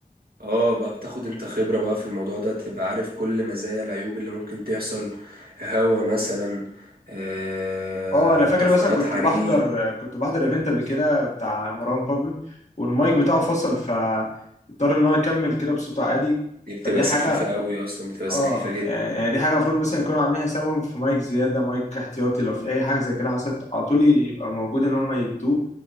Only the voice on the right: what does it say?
اه بقى بتاخد انت خبرة بقى في الموضوع ده تبقى عارف كل مزايا العيوب اللي ممكن تحصل هوا مثلا آه،
طفايات
حريق
دي بتبقى
سخيفة قوي اصلا بتبقى
سخيفة جدا